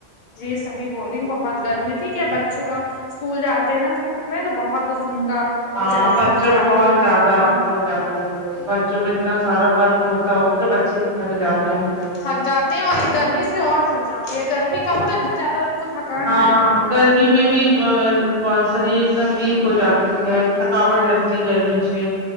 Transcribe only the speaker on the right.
ہاں
بچوں
کو بہت
زیادہ
وہ ہو جاتا بچوں کو اتنا سارا ورک ہوتا ہوگا کہ بچے بھی تھک جاتے ہوں گے
ہاں
ہاں گرمی میں بھی شریر ایک دم ویک ہو جاتی ہے تھکاوٹ لگتی ہے گرمی سے